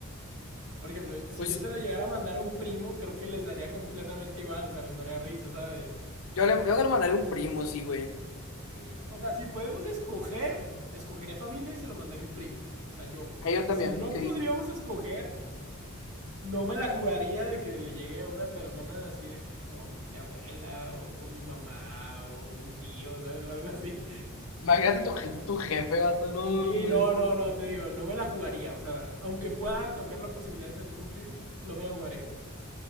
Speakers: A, on the right (about 65°); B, on the left (about 70°).
A: Por ejemplo, si
B: Pues
A: yo se lo llegara a mandar a un primo, creo que les daría completamente igual, o sea, les daría risa, ¿sabes?
B: yo le, yo le mandaré un primo, sí, güey.
A: Sí, o sea, si podemos escoger, escogería familia y se lo mandaría a un primo. O sea, yo,
B: A yo
A: si
B: también,
A: no
B: sí.
A: podríamos escoger, no me la jugaría de que le llegue a una persona así de que como mi abuela o, o mi mamá o un tío, ¿sabes? O algo así.
B: Imagínate tu, je- tu jefe, gato, no,
A: Sí,
B: hombre.
A: no, no, no, te digo, no me la jugaría. O sea, aunque pueda tocar la posibilidad de que lo toque un primo, no me la jugaría.